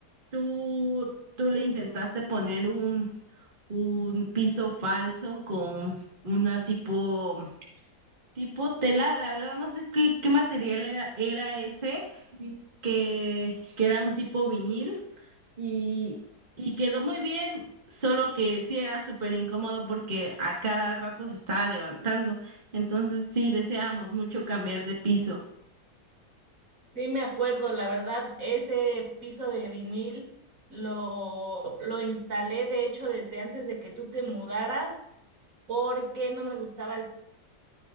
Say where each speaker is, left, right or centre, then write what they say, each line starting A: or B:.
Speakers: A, on the right; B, on the right.
A: ¿Tú, tú le intentaste poner un, un piso falso con una tipo, tipo tela? La verdad no sé qué, qué material era, era ese, que, que era un tipo vinil y, y quedó muy bien, solo que sí era súper incómodo porque a cada rato se estaba levantando. Entonces sí deseábamos mucho cambiar de piso.
B: Sí, me acuerdo, la verdad, ese piso de vinil lo, lo instalé, de hecho, desde antes de que tú te mudaras, porque no me gustaba el